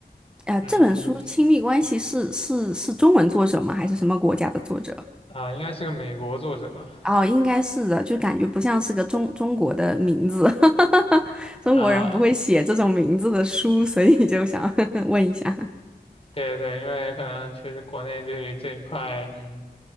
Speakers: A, in the centre; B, on the left.
A: 呃，
B: 嗯，
A: 这本书《亲密关系》是是是中文作者吗？还是什么国家的作者？
B: 啊，应该是个美国作者吧？
A: 哦，应该是的，就感觉不像是个中中国的名字，<laughs> 中国人不会写这种名字的书，
B: 啊，
A: 所以就想 <laughs> 问一下。
B: 对对，因为可能确实国内对于这一块，嗯。